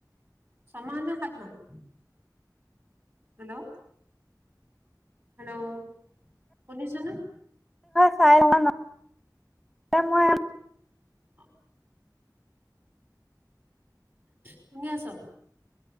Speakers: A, on the right (about 35°); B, in the centre.
A: চামা নে সাত মা <unintelligible> হেল্ল' হেল্ল' শুনিছে নে
B: চাই ন মই
A: অ শুনি আছ